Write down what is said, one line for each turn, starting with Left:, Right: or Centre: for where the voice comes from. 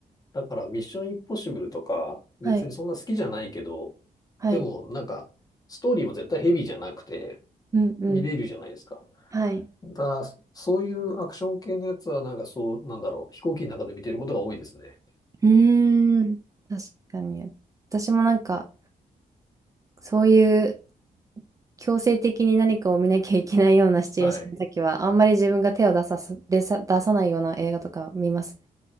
Left: だからミッションインポッシブルとか、別にそんな好きじゃないけど、
Right: はい。はい。
Left: でもなんか、ストーリーも絶対ヘビーじゃなくて、
Right: うんうん。
Left: 見れるじゃないですか。
Right: はい。
Left: だ、そういうアクション系のやつはなんかそう、なんだろう、飛行機の中で見てることが多いですね。
Right: うーん。確かに。私もなんか、そういう強制的に何かを見なきゃいけないようなシチュエーションの時は、
Left: はい。
Right: あんまり自分が手を出さす、出さ、出さないような映画とか見ますね。